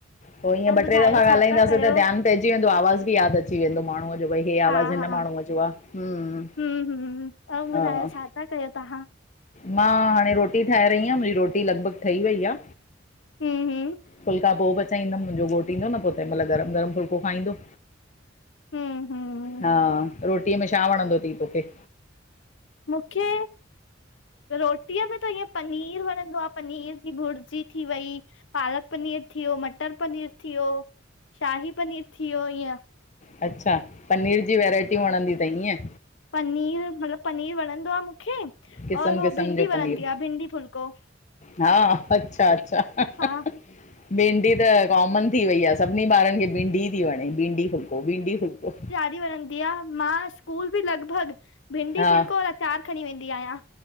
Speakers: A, on the left; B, on the left.
A: पो इएं
B: ऐं
A: ॿ
B: ॿुधायो
A: टे दफ़ा
B: छा
A: ॻाल्हाईंदासी
B: था कयो?
A: त ध्यान -- पइजी वेंदो, आवाज़ु बि याद अची वेंदो माण्हूअ जो भाई हे
B: हा
A: आवाज़ हिन
B: हा
A: माण्हूअ जो आ, हूंम,
B: हम्म हम्म ऐं
A: हा।
B: ॿुधायो छा था कयो तव्हां?
A: मां हाणे रोटी ठाहे रही आहियां मुंहिंजी रोटी लॻभॻ ठही वई आ।
B: हे हे
A: फुल्का पो पचाईंदम, मुंहिंजो घोट ईंदो न पो तंहिं महिल गरम गरम फुल्को खाईंदो।
B: हम्म हम्म
A: हा रोटीअ में छा वणंदो तई तोखे?
B: मूंखे रोटीअ में त ईय पनीर वणंदो आ, पनीर जी भुर्जी थी वई। पालक पनीर थी वियो, मटर पनीर थी वियो, शाही पनीर थी वियो ईय।
A: अच्छा पनीर जी वैराइटियूं वणंदी तई ईय।
B: पनीर, मतिलबु पनीर वणंदो आ मूंखे
A: क़िस्म
B: और हो
A: क़िस्म
B: भिंडी
A: जो
B: वणंदी
A: पनीर
B: आ भिंडी फुल्को।
A: हा, अच्छा अच्छा
B: हा।
A: भिंडी त कॉमन थी वई आ सभिनी ॿारनि खे भिंडी ती वणे, भिंडी फुलको, भिंडी फुलको।
B: ी वणंदी आहे मां स्कूल बि लॻभॻि भिंडी
A: हा
B: फुलको अचार खणी वेंदी आहियां।